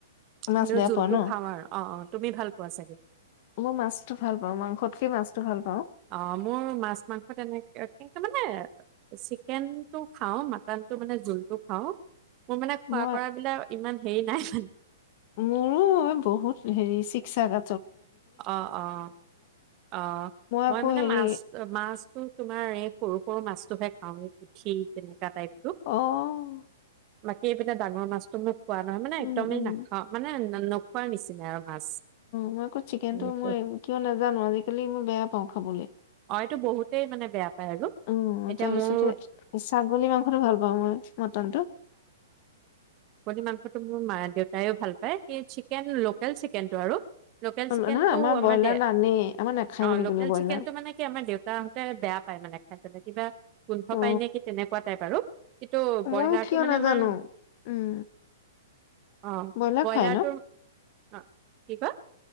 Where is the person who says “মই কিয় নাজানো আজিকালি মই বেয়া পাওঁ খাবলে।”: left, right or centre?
Left